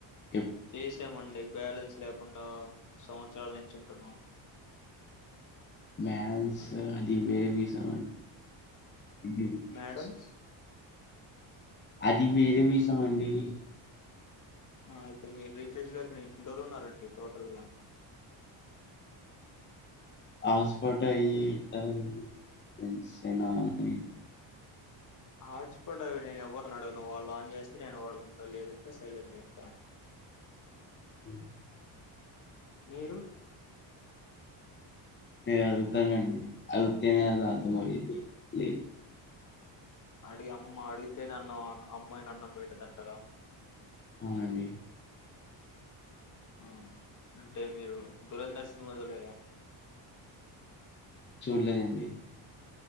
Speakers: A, on the left (about 25°); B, on the left (about 40°).
A: ఎప్
B: చేసామండి బ్యాలెన్స్ లేకుండా సంవత్సరాల నుంచి ఉంటున్నాము
A: మ్యాలెన్స్ అది వే విజమ్ అం ఇది విక్స్
B: మేడమ్స్
A: అది వేరే విసం అండి
B: ఆ అయితే మీరు రీచార్జ్ లేక ఎన్ని రోజలు ఉన్నారండి టోటల్ గా
A: హాట్స్పాట్ ఐ ఈ నాను ఇన్ సెలల్ వీక్
B: ఆ హాట్స్పాట్ అవి నేను ఎవరిని అడగను వాళ్ళు ఆన్ చేస్తే నేను వాడుకుంటాను లేదంటే సైలెంట్గా ఉంటాను
A: ఉ
B: మీరు
A: నే అడుగుతానండి అడుతేనే అది అర్థమయేది లేదు
B: అడి అమ్మ అడిగితే అన్నామ్ అమ్మ అయినా అన్నం బెట్టాదంటారా
A: అవునండి
B: ఆ అంటే మీరు దురంధర్ సినిమా చూడలేదా
A: చూడలేదండి